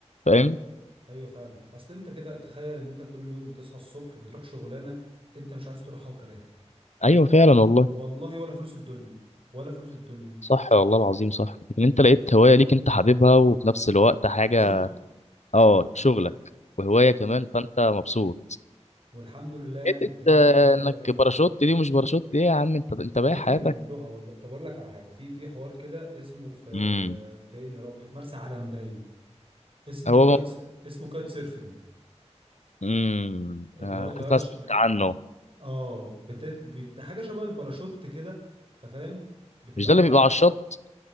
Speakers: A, on the left; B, on the right.
A: فاهم
B: ايوه فعلا اصل انت كده تخيل ان انت كل يوم بتصحى الصبح بتروح شغلانه انت مش عايز تروحها وكارهها
A: ايوه فعلا والله
B: والله ولا فلوس الدنيا ولا فلوس الدنيا
A: صح والله العظيم صح لكن انت لقيت هوايه ليك انت حاببها وفي نفس الوقت حاجه
B: شغل
A: اه شغلك وهوايه
B: فاهم
A: كمان فانت مبسوط
B: والحمد لله يعني
A: حته
B: الدنيا
A: آه،
B: الدنيا
A: انك
B: لطيفه
A: باراشوت
B: يعني
A: دي ومش باراشوت دي يا عم انت انت بايع
B: ممكن
A: حياتك
B: نعملوها والله طب اقول لك على حاجه في في حوار كده اسمه في
A: امم
B: فين يا ربي في مرسى علم باين اسمه
A: هو
B: كايت
A: م-
B: اسمه كايت سيرفنج
A: امم
B: اللي
A: آه،
B: هو طياره
A: حاسس إن أنا
B: ش...
A: سمعت
B: بت...
A: عنه
B: اه بت... بت... حاجه شبه الباراشوت كده انت فاهم بتبقى
A: مش ده
B: انت
A: اللي بيبقى
B: ح-
A: على الشط